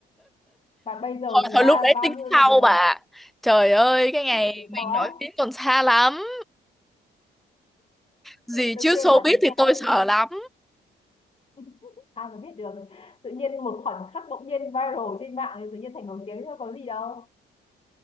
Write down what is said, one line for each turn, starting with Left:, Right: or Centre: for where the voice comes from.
Left: và bây giờ
Centre: thôi
Left: thì
Centre: thôi
Left: à,
Centre: lúc đấy
Left: bao
Centre: tính
Left: nhiêu là
Centre: sau
Left: được
Centre: bà trời ơi cái ngày
Left: lúc đấy tính
Centre: mình
Left: sau á
Centre: nổi tiếng còn xa lắm gì
Left: tôi
Centre: chứ
Left: chê
Centre: showbiz
Left: bà thế thôi
Centre: thì tôi sợ lắm
Left: <laughs> ai mà biết được tự nhiên một khoảnh khắc bỗng nhiên viral trên mạng thì tự nhiên thành nổi tiếng thôi có gì đâu